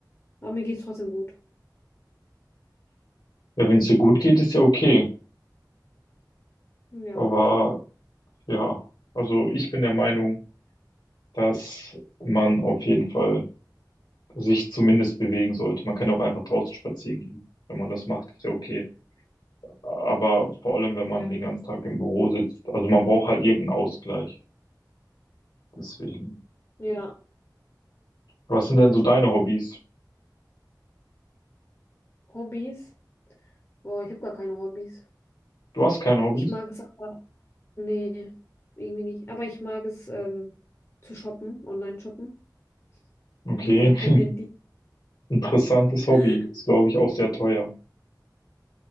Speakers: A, on the left (about 35°); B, on the left (about 75°).
A: Aber mir geht es trotzdem gut.
B: Ja, wenn es dir gut geht, ist ja okay.
A: Ja,
B: Aber ja, also ich bin der Meinung, dass man auf jeden Fall sich zumindest bewegen sollte. Man kann auch einfach draußen spazieren gehen. Wenn man das macht, ist ja okay. Aber vor allem, wenn man
A: ja,
B: den ganzen Tag im Büro sitzt. Also man braucht halt irgendeinen Ausgleich. Deswegen.
A: ja.
B: Was sind denn
A: Das
B: so deine
A: stimmt.
B: Hobbys?
A: Hobbys? Boah, ich habe gar keine Hobbys.
B: Du hast keine Hobbys?
A: Ich mag es aber, nee, irgendwie nicht. Aber ich mag es ähm, zu shoppen, online shoppen. <laughs>
B: Okay,
A: Wieder vom Handy.
B: <laughs> interessantes Hobby.
A: <laughs>
B: Ist, glaube ich, auch sehr teuer.